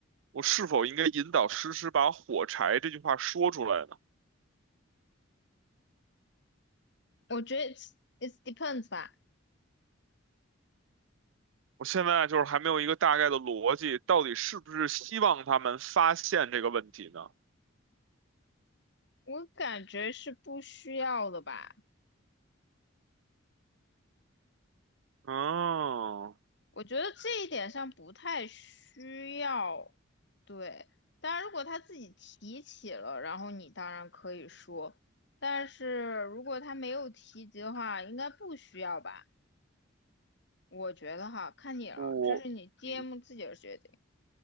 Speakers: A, on the right; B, on the left.
A: 我是否应该引导诗诗把“火柴”这句话说出来呢？
B: 我觉得 it's it depends 吧，
A: 我现在啊就是还没有一个大概的逻辑，到底是不是希望他们发现这个问题呢？
B: 我感觉是不需要的吧。
A: 嗯。
B: 我觉得这一点上不太需要，对。当然，如果他自己提起了，然后你当然可以说，但是如果他没有提及的话，应该不需要吧？我觉得哈，看你了，
A: 我嗯
B: 这是你 DM 自己的决定。